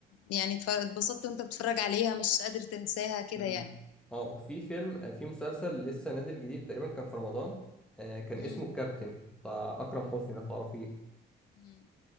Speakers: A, on the left; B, in the centre.
A: يعني اتف- اتبسطت وانت بتتفرج عليها مش قادر تنساها كده
B: امم
A: يعني
B: اه في فيلم آه، في مسلسل لسه نازل جديد تقريبا كان في رمضان آه، كان
A: مم.
B: اسمه الكابتن بتاع اكرم حسني لو تعرفيه
A: مم.